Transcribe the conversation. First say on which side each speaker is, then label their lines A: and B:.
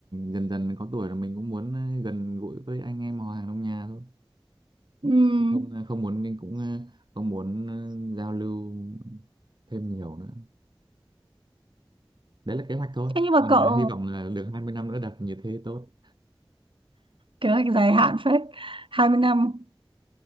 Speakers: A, on the right (about 55°); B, on the right (about 70°).
A: dần dần có tuổi là mình cũng muốn ờ, gần gũi với anh em họ hàng trong nhà thôi
B: Ừm,
A: Chứ không ờ, không muốn nên cũng ờ, không muốn ờ, giao lưu thêm nhiều nữa đấy là kế hoạch thôi
B: thế nhưng mà
A: còn
B: cậu
A: ờ, hy vọng là được 20 năm nữa đặt như thế tốt
B: kế hoạch dài hạn phết hai mươi năm